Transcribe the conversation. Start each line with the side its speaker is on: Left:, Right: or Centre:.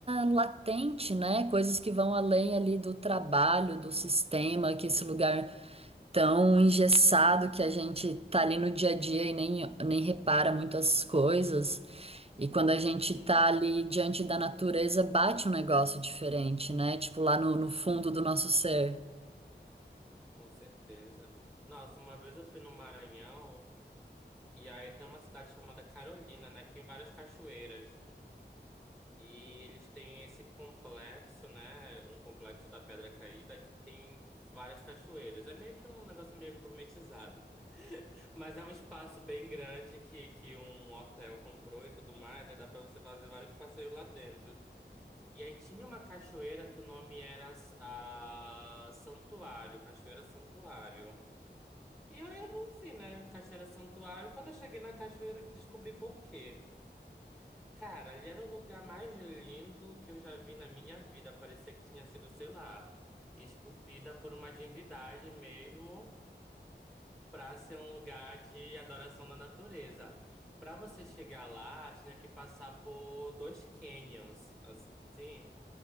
Right: latente, né? Coisas que vão além ali do trabalho, do sistema que esse lugar tão engessado que a gente tá ali no dia a dia e nem, nem repara muito as coisas. E quando a gente
Centre: uhum,
Right: tá ali diante da natureza, bate um negócio diferente, né? Tipo lá no, no fundo do nosso ser.
Centre: com certeza. Nossa, uma vez eu fui no Maranhão. E aí tem uma cidade chamada Carolina, né? Que tem várias cachoeiras. E eles têm esse complexo, né? Um complexo da Pedra Caída que tem várias cachoeiras. É meio que um negócio meio gourmetizado. <laughs> Mas é um espaço bem grande que, que um hotel comprou e tudo mais. Aí dá pra você fazer vários passeios lá dentro. E aí tinha uma cachoeira que o nome era a Santuário, Cachoeira Santuário. E aí, enfim, né? Cachoeira Santuário. Quando eu cheguei na cachoeira, eu descobri por quê. Cara, ali era o lugar mais lindo que eu já vi na minha vida. Parecia que tinha sido, sei lá, esculpida por uma divindade mesmo, para ser um lugar de adoração da natureza. Para você chegar lá, tinha que passar por dois canyons, assim,